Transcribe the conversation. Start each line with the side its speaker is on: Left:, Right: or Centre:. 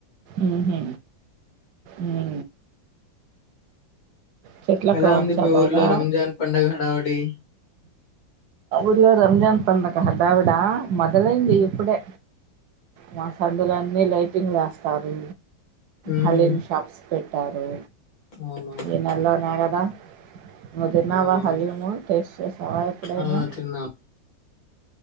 Right: ఉహు హూ చెట్ల
Left: ఎలా
Right: క్రమా
Left: ఉంది
Right: చ
Left: మీ
Right: బాగా
Left: ఊర్లో రంజాన్ పండగ హడావుడి
Right: ఇలో రంజాన్ పండగ దావిడ మొదలైంది ఇప్పుడే మా సందులు అన్ని లైటింగ్ వేస్ వస్తారు
Left: ఉహు
Right: హాలీమ్ షాప్స్ పెట్టారు
Left: అవునవును
Right: ఈ నెలోనే కదా నువ్వు తిన్నావా
Left: అవునవును
Right: హలిము టేస్ట్ చేస్తావా ఎప్పుడైనా
Left: ఆ తిన్నాను